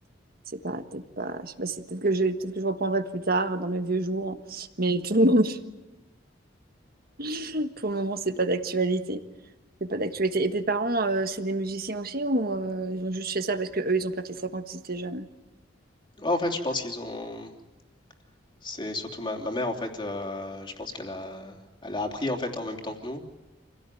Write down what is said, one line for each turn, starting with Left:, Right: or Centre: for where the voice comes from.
Right: c'est pas, peut-être pas, je sais pas, c'est peut-être que je, peut-être que je reprendrai plus tard dans mes vieux jours, mais <laughs> tout le monde- <laughs> pour le moment, c'est pas d'actualité. C'est pas d'actualité. Et tes parents, euh, c'est des musiciens aussi ou euh, ils ont juste fait ça parce que eux, ils ont pas fait ça quand ils étaient jeunes?
Left: Ouais, en fait, je pense qu'ils ont. C'est surtout ma, ma mère en fait. euh, je pense qu'elle a, elle a appris en fait en même temps que nous.